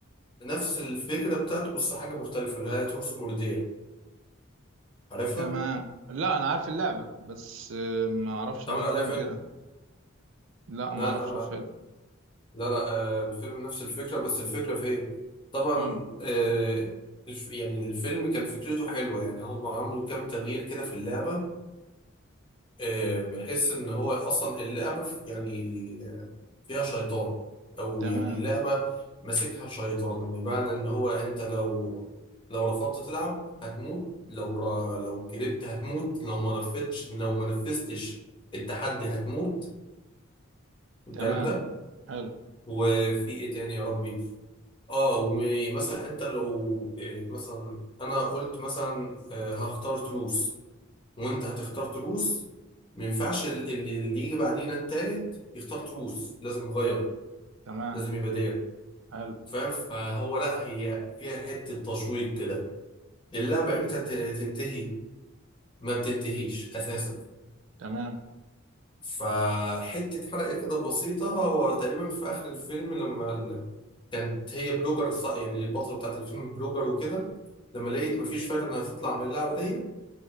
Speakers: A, on the left; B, on the right.
A: نفس الفكرة بتاعته بس حاجة مختلفة اللي هي تروس أوردير عارفها؟
B: تمام لا انا عارف اللعبة بس آه، ما اعرفش
A: اتعمل
B: ان في
A: عليها
B: فيلم
A: فيلم؟
B: كده لا
A: لا
B: ما اعرفش
A: اتعمل
B: الفيلم
A: لا لا آه، الفيلم نفس الفكرة بس الفكرة في إيه؟ طبعا
B: امم
A: آه، الف- يعني الفيلم كان فكرته حلوة يعني هم عملوا كام تغيير كده في اللعبة آه، بحيث ان هو اصلا اللعبه ف- يعني آه، فيها شيطان او
B: تمام
A: يعني اللعبه ماسكها شيطان بمعنى ان هو انت لو لو رفضت تلعب هتموت لو ر... لو كذبت هتموت لو ما نفذتش لو ما نفذتش التحدي هتموت والكلام
B: تمام
A: ده
B: حلو
A: وفي ايه تاني يا ربي اه ومثلا انت لو آه، مثلا انا قلت مثلا آه، هختار تروس وانت هتختار تروس ما ينفعش ال- ال- اللي يجي بعدينا التالت يختار تروس لازم نغير
B: تمام
A: لازم يبقى ديت
B: حلو
A: فاهم فهو لا هي فيها حتة تشويق كده اللعبة امتى ت- تنتهي ما بتنتهيش اساسا
B: تمام
A: فحتة حرقة كده بسيطة هو تقريبا في اخر الفيلم لما ال- كانت هي بلوجر ص- يعني البطلة بتاعت الفيلم بلوجر وكده لما لقيت مفيش فايدة انها تطلع من اللعبة دي